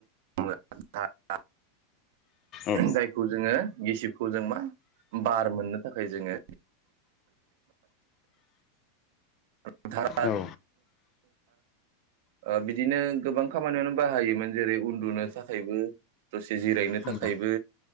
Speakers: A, on the right; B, on the left.
A: <inaudible>
B: औ
A: जायखौ जोङो गिसिबखौ जों मा बार मोननो थाखाय जोङो <unintelligible>
B: औ
A: ओ बिदिनो गोबां खामानियावनो बाहायोमोन जेरै उन्दुनो थाखायबो दसे जिरायनो थाखाय
B: उम
A: थाखायबो